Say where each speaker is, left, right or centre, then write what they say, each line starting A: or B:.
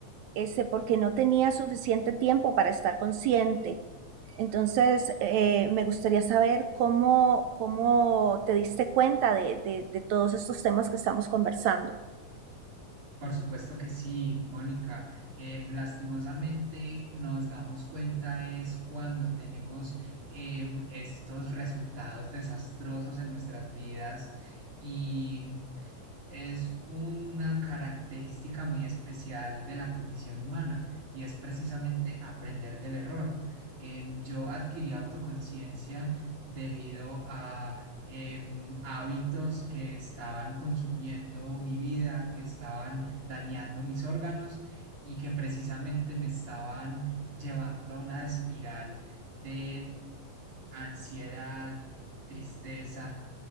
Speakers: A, on the right; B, on the right.
A: ese, porque no tenía suficiente tiempo para estar consciente. Entonces, eh, me gustaría saber cómo, cómo te diste cuenta de, de, de todos estos temas que estamos conversando.
B: Por supuesto que sí, Mónica. Em, lastimosamente nos damos cuenta es cuando tenemos em, estos resultados desastrosos en nuestras vidas y es una característica muy especial de la condición humana y es precisamente aprender del error. Em, yo adquirí autoconciencia debido a em, hábitos que estaban consumiendo mi vida, que estaban dañando mis órganos y que precisamente me estaban llevando a una espiral de ansiedad, tristeza